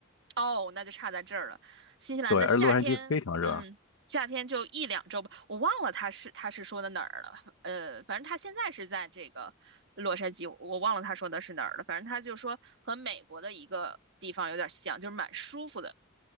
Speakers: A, on the right; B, on the left.
A: 哦，那就差在这儿了。新西兰的夏天，
B: 对，而洛杉矶非常热。
A: 嗯，夏天就一两周吧，我忘了他是他是说的哪儿了。呃，反正他现在是在这个洛杉矶，我忘了他说的是哪儿了。反正他就说和美国的一个地方有点像，就是蛮舒服的。